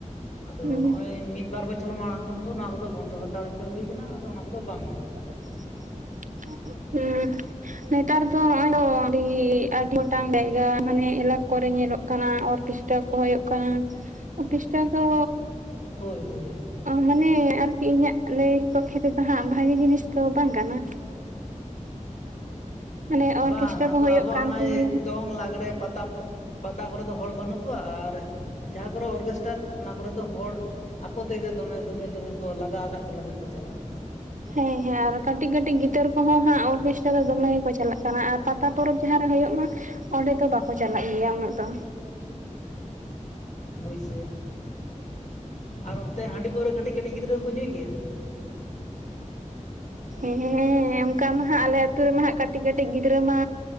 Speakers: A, on the left; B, on the right.
A: ᱟᱫᱚ
B: ᱦᱩᱸ
A: ᱱᱚᱜ-ᱚᱭ ᱢᱤᱫ ᱵᱟᱨ ᱵᱚᱪᱷᱚᱨ ᱢᱟᱲᱟᱝ ᱠᱷᱚᱱ ᱫᱚ ᱚᱱᱟ ᱠᱚᱫᱚ ᱵᱚᱱᱫᱚ ᱦᱟᱛᱟᱲ ᱦᱚᱪᱚ ᱦᱩᱭ ᱠᱟᱱᱟ ᱟᱫᱚ ᱚᱱᱟ ᱠᱚᱫᱚ ᱵᱟᱝ ᱧᱮᱞᱚᱜ
B: <unintelligible> ᱦᱮᱸ ᱱᱮᱛᱟᱨ ᱫᱚ ᱱᱚᱜᱚᱭ ᱟᱹᱰᱤ ᱟᱹᱰᱤ ᱜᱚᱴᱟᱝ ᱰᱟᱹᱦᱤ᱾ ᱢᱟᱱᱮ ᱮᱞᱟᱴ ᱠᱚᱨᱮ ᱧᱮᱞᱚᱜ ᱠᱟᱱᱟ ᱚᱨᱠᱮᱥᱴᱟᱨ ᱠᱚ ᱦᱩᱭᱩᱜ ᱠᱟᱱᱟ᱾ ᱚᱨᱠᱮᱥᱴᱟᱨ ᱫᱚ
A: ᱦᱳᱭ ᱦᱳᱭ ᱦᱳᱭ,
B: ᱢᱟᱱᱮ ᱟᱨᱠᱤ ᱤᱧᱟᱹᱜ ᱞᱟᱹᱭ ᱯᱚᱠᱠᱷᱮ ᱛᱮᱫᱚ ᱦᱟᱸᱜ ᱵᱷᱟᱜᱤ ᱡᱤᱱᱤᱥ ᱫᱚ ᱵᱟᱝ ᱠᱟᱱᱟ᱾ ᱢᱟᱱᱮ ᱚᱨᱠᱮᱥᱴᱨᱟ
A: ᱵᱟᱝ ᱟᱫᱚ
B: ᱠᱚ ᱦᱩᱭᱩᱜ
A: ᱟᱵᱚᱣᱟᱜ
B: ᱠᱟᱱ
A: ᱦᱟᱸᱜ-ᱟᱭ
B: ᱛᱮᱜᱮ
A: ᱫᱚᱝ, ᱞᱟᱜᱽᱲᱮ ᱯᱟᱛᱟ, ᱯᱚ- ᱯᱟᱛᱟ ᱠᱚᱨᱮ ᱫᱚ ᱦᱚᱲ ᱵᱟᱹᱱᱩᱜ ᱠᱚᱣᱟ ᱟᱨ ᱡᱟᱦᱟᱸ ᱠᱚᱨᱮ ᱚᱨᱜᱮᱥᱴᱟᱨ ᱚᱱᱟ ᱠᱚᱨᱮ ᱫᱚ ᱦᱚᱲ ᱟᱠᱚ ᱛᱮᱜᱮ ᱫᱚᱢᱮ ᱫᱚᱢᱮᱞ ᱫᱚᱢᱮᱞ ᱠᱚ ᱞᱟᱜᱟ ᱟᱠᱟᱫ ᱞᱮᱠᱟ ᱠᱚ ᱪᱟᱞᱟᱜ-ᱟ᱾
B: ᱦᱮᱸ ᱦᱮᱸ ᱟᱨ ᱠᱟᱹᱴᱤᱡ ᱠᱟᱹᱴᱤᱡ ᱜᱤᱫᱟᱹᱨ ᱠᱚᱦᱚᱸ ᱦᱟᱸᱜ ᱚᱨᱜᱮᱥᱴᱟᱨ ᱫᱚᱢᱮ ᱜᱮᱠᱚ ᱪᱟᱞᱟᱜ ᱠᱟᱱᱟ ᱟᱨ ᱯᱟᱛᱟ, ᱯᱚᱨᱚᱵᱽ ᱡᱟᱦᱟᱸᱨᱮ ᱦᱳᱭᱳᱜ ᱢᱟ ᱚᱸᱰᱮ ᱫᱚ ᱵᱟᱠᱚ ᱪᱟᱞᱟᱜ ᱜᱮᱭᱟ ᱩᱱᱟᱹᱜ ᱫᱚ᱾
A: ᱦᱳᱭ ᱥᱮ ᱟᱨ ᱚᱱᱛᱮ ᱦᱟᱺᱰᱤ-ᱯᱟᱹᱣᱨᱟᱹ ᱠᱟᱹᱴᱤᱡ ᱠᱟᱹᱴᱤᱡ ᱜᱤᱫᱽᱨᱟᱹ ᱠᱚᱠᱚ ᱧᱩᱭ ᱜᱮᱭᱟ?
B: ᱦᱮᱸᱻᱦᱮ ᱚᱱᱠᱟ ᱢᱟ ᱦᱟᱸᱜ ᱟᱞᱮ ᱟᱛᱩ ᱨᱮᱢᱟ ᱦᱟᱸᱜ ᱠᱟᱹᱴᱤᱡ ᱠᱟᱹᱴᱤᱡ ᱜᱤᱫᱽᱨᱟᱹ ᱢᱟ